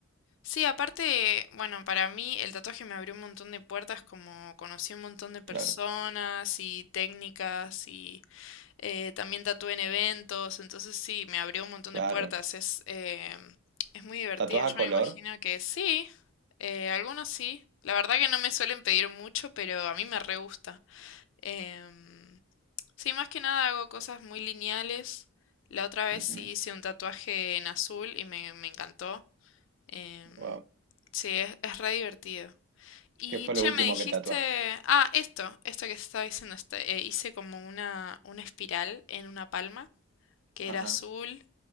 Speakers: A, on the left; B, on the right.
A: Sí, aparte, bueno, para mí el tatuaje me abrió un montón de puertas, como conocí un montón de personas
B: Claro,
A: y técnicas Eh, también tatué en eventos, entonces sí, me abrió un montón
B: claro.
A: de puertas. Es, eh, es muy divertido.
B: ¿Tatuaje
A: Yo
B: a color?
A: me imagino que sí, eh, algunos sí. La verdad que no me suelen pedir mucho, pero a mí me re gusta. Em, sí, más que nada hago cosas muy lineales. La otra vez
B: Ujú,
A: sí hice un tatuaje en azul y me, me encantó. Em,
B: Wow.
A: sí, es, es re divertido. Y
B: ¿Qué fue
A: che,
B: lo último
A: me dijiste,
B: que tatuaste?
A: ah, esto, esto que se estaba diciendo, este, eh, hice como una, una espiral en una palma que
B: Ajá,
A: era azul